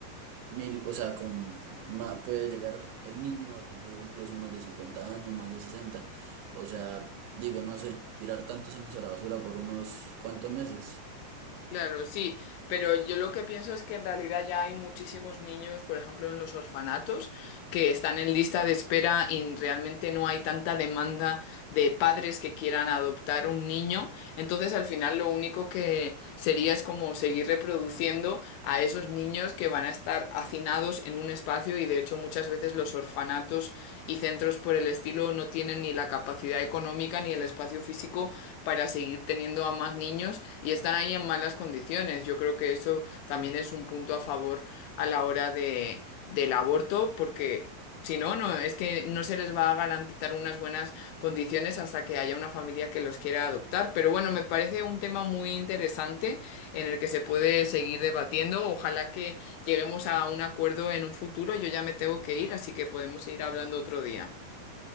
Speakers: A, on the right; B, on the left.
A: mil, o sea, con ma- puede llegar el niño a cumplir incluso más de 50 años, más de sesenta O sea, digo, no sé, tirar tantos años a la basura por unos cuantos meses.
B: Claro, sí, pero yo lo que pienso es que en realidad ya hay muchísimos niños, por ejemplo, en los orfanatos, que están en lista de espera y realmente no hay tanta demanda de padres que quieran adoptar un niño. Entonces, al final, lo único que sería es como seguir reproduciendo a esos niños que van a estar hacinados en un espacio y, de hecho, muchas veces los orfanatos y centros por el estilo no tienen ni la capacidad económica ni el espacio físico para seguir teniendo a más niños y están ahí en malas condiciones. Yo creo que eso también es un punto a favor a la hora de, del aborto, porque si no, no, es que no se les va a garantizar unas buenas condiciones hasta que haya una familia que los quiera adoptar. Pero bueno, me parece un tema muy interesante en el que se puede seguir debatiendo. Ojalá que lleguemos a un acuerdo en un futuro. Yo ya me tengo que ir, así que podemos ir hablando otro día.